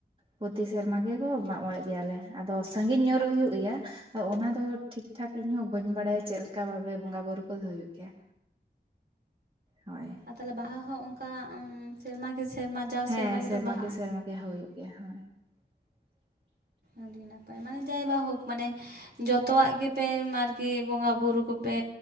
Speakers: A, on the right; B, on the right.
A: ᱯᱨᱚᱛᱤ ᱥᱮᱨᱢᱟ ᱜᱮᱠᱚ ᱢᱟᱜ-ᱢᱚᱬᱮᱸᱜ ᱜᱮᱭᱟᱞᱮ ᱟᱫᱚ ᱥᱟᱺᱜᱤᱧ ᱧᱚᱜ ᱨᱮ ᱦᱩᱭᱩᱜ ᱜᱮᱭᱟ ᱟ ᱚᱱᱟ ᱫᱚ ᱴᱷᱤᱠ ᱴᱷᱟᱠ ᱤᱧ ᱦᱚᱸ ᱵᱟᱹᱧ ᱵᱟᱲᱟᱭᱟ? ᱪᱮᱫ ᱞᱮᱠᱟ ᱵᱷᱟᱵᱮ ᱵᱚᱸᱜᱟ ᱵᱩᱨᱩ ᱠᱚᱫᱚ ᱦᱩᱭᱩᱜ ᱜᱮᱭᱟ᱾ ᱦᱳᱭ,
B: ᱛᱟᱞᱦᱮ ᱵᱟᱦᱟ ᱦᱚᱸ ᱚᱱᱠᱟ ᱩᱸ ᱥᱮᱨᱢᱟ ᱜᱮ ᱥᱮᱨᱢᱟ ᱡᱟᱣ
A: ᱦᱮᱸ
B: ᱥᱮᱨᱢᱟ ᱜᱮᱯᱮ ᱵᱟᱦᱟᱜᱼᱟ?
A: ᱠᱮ ᱥᱮᱨᱢᱟ ᱜᱮ ᱦᱳᱭᱳᱜ ᱜᱮᱭᱟ ᱦᱳᱭ᱾ <inaudible>
B: ᱟᱹᱰᱤ ᱱᱟᱯᱟᱭ ᱢᱟᱱᱮ ᱡᱟᱭ ᱵᱟ ᱦᱳᱠ ᱢᱟᱱᱮ ᱡᱚᱛᱚᱣᱟᱜ ᱜᱮᱯᱮ ᱟᱨᱠᱤ ᱵᱚᱸᱜᱟ ᱵᱩᱨᱩ ᱠᱚᱯᱮ